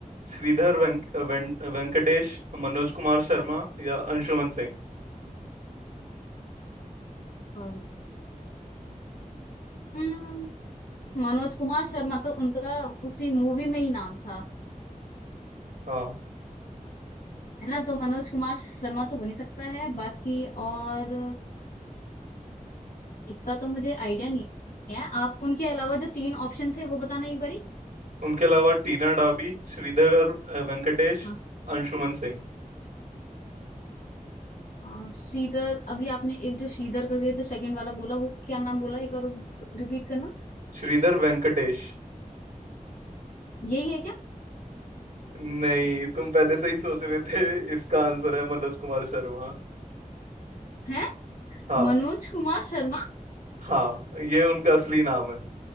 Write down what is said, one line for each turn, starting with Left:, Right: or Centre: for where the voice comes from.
Right: श्रीधर वेंक, वें, वेंकटेश मनोज कुमार शर्मा या अंशुमन सिंह
Left: अ, हम्म, मनोज कुमार शर्मा तो उनका उसी मूवी में ही नाम था
Right: हाँ
Left: है ना तो मनोज कुमार शर्मा तो हो नहीं सकता है बाकी और इतना तो मुझे आइडिया नहीं है आप उनके अलावा जो तीन ऑप्शन थे वो बताना एक बारी
Right: उनके अलावा टीना डाबी श्रीधर अ, वेंकटेश
Left: हाँ
Right: अंशुमन सिंह
Left: हाँ, सीदर अभी आपने एक जो सीदर करके जो सेकंड वाला बोला वो क्या नाम बोला एक और रिपीट करना
Right: श्रीधर वेंकटेश
Left: यही है क्या
Right: नहीं तुम पहले से ही सोच रहे थे इसका आंसर है मनोज कुमार शर्मा
Left: है
Right: हाँ
Left: मनोज कुमार शर्मा
Right: हाँ ये उनका असली नाम है